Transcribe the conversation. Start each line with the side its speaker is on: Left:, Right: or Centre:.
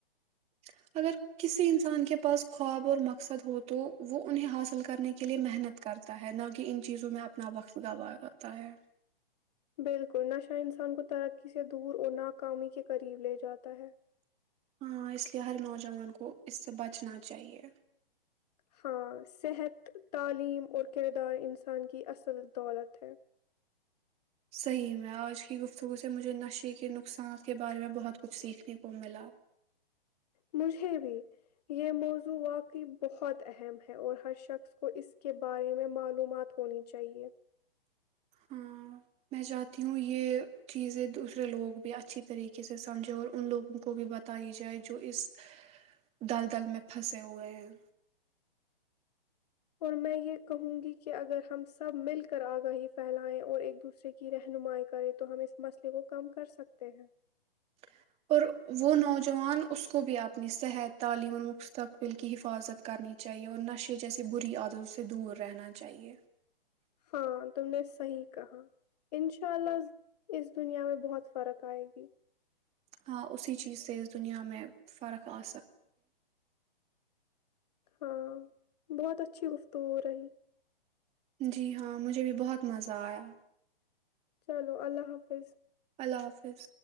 Right: <unintelligible>
Left: بالکل نشہ انسان کو ترقی سے دور اور ناکامی کے قریب لے جاتا ہے
Right: ہاں اس لیے ہر نوجوان کو اس سے بچنا چاہیے
Left: ہاں صحت تعلیم اور کردار انسان کی اصل دولت ہے
Right: صحیح میں آج کی گفتگو سے مجھے نشے کے نقصانات کے بارے میں بہت کچھ سیکھنے کو ملا
Left: مجھے بھی یہ موضوع واقعی بہت اہم ہے اور ہر شخص کو اس کے بارے میں معلومات ہونی چاہیے
Right: ہاں میں چاہتی ہوں یہ چیزیں دوسرے لوگ بھی اچھی طریقے سے سمجھیں اور ان لوگوں کو بھی بتائی جائے جو اس دل دل میں پھنسے ہوئے ہیں
Left: اور میں یہ کہوں گی کہ اگر ہم سب مل کر آگاہی پھیلائیں اور ایک دوسرے کی رہنمائی کریں تو ہم اس مسئلے کو کم کرسکتے ہیں
Right: <unintelligible>
Left: ہاں تم نے صحیح کہا ان شاء اللہ اس دنیا میں بہت فرق آئے گی
Right: <unintelligible> ہاں اسی چیز سے اس دنیا میں فرق ا
Left: ہاں بہت اچھی گفتگو رہی
Right: جی ہاں مجھے بھی بہت مزہ آیا
Left: چلو اللہ حافظ
Right: اللہ حافظ